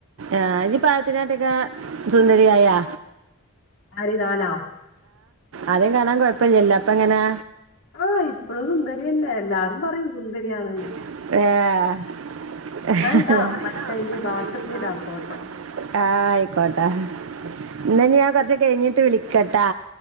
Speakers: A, on the right; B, on the left.
A: ആഹ് ഈ പായത്തിനാട്ടൊക്ക സുന്ദരിയായാ
B: ആര് ഞാനോ
A: അത് കാണാൻ കുഴപ്പല്ലല്ലോ അപ്പ എങ്ങനാ
B: ആഹ് ഇപ്പഴും സുന്ദരി തന്നെ എല്ലാരും പറയും സുന്ദരിയാണ്
A: ആഹ് ആഹ്
B: ഞാൻ ഇടാം മറ്റേല് വാട്സപ്പിൽ
A: ആഹ്
B: ഇടാം ഫോട്ടോ
A: പോട്ടെ ഇനി ഞാൻ കുറച്ച് കഴിഞ്ഞിട്ട് വിളിക്കട്ടാ